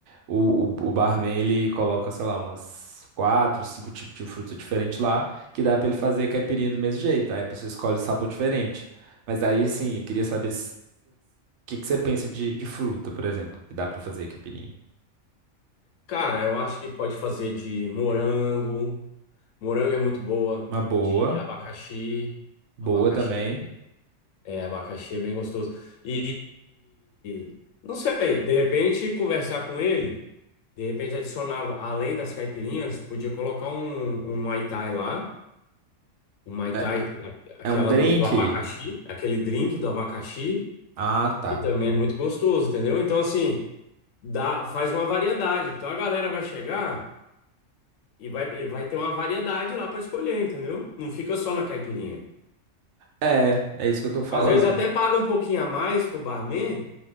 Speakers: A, on the right; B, on the left.
A: o, o, o barman ele coloca, sei lá, umas quatro, cinco tipos de fruta diferente lá, que dá pra ele fazer caipirinha do mesmo jeito. Aí a pessoa escolhe sabor diferente. Mas aí, assim, eu queria saber o que que você pensa de, de fruta, por exemplo, que dá pra fazer caipirinha.
B: Cara, eu acho que pode fazer de morango. Morango é muito boa.
A: Uma boa,
B: De abacaxi.
A: boa
B: Abacaxi
A: também.
B: também. É, abacaxi é bem gostoso. E, e e- não sei, de repente conversar com ele. De repente adicionava, além das caipirinhas, podia colocar um, um Muay Thai lá. O Mai
A: É,
B: Tai, a- aquela
A: é um drink?
B: do, do abacaxi, aquele drink do abacaxi,
A: Ah, tá.
B: que também é muito gostoso, entendeu? Então, assim, dá, faz uma variedade. Então a galera vai chegar e vai, e vai ter uma variedade lá para escolher, entendeu? Não fica só na caipirinha.
A: É, é isso que eu tô falando.
B: Às vezes até paga um pouquinho a mais pro barman,